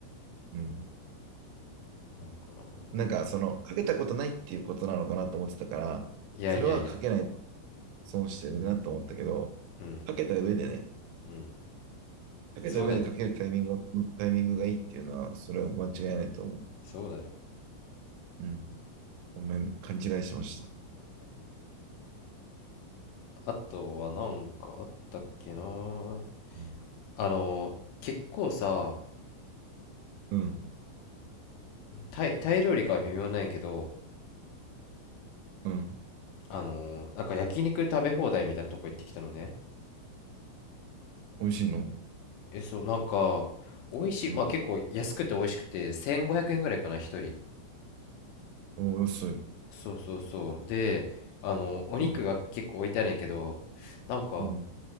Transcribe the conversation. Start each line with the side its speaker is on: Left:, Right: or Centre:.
Right: ん。うん。
Left: なんかな
Right: なんか、その、かけたことないっていうことなのかなと思ってたから、
Left: いやいやいや
Right: それはかけないと損してるなと思ったけど、
Left: うん
Right: かけた上でね、
Left: うん
Right: かけた上でかけるタイミング、
Left: そうだよ
Right: タイミングがいいっていうのは、それは間違いないと思う。
Left: そうだよ
Right: うん。ごめん、勘違いしました。
Left: あとはなんかあったっけな
Right: うん。
Left: あの結構さ
Right: うん。
Left: タイ、タイ料理かは微妙なんやけど
Right: うん。
Left: あのなんか焼肉食べ放題みたいなとこ行ってきたのね
Right: 美味しいの
Left: えそうなんか美味しいまあ結構安くて美味しくて1500円ぐらいかな一人
Right: うん。おー、安い。
Left: そうそうそうであのお肉が結構置いてあるんやけどなんか
Right: うん。うん。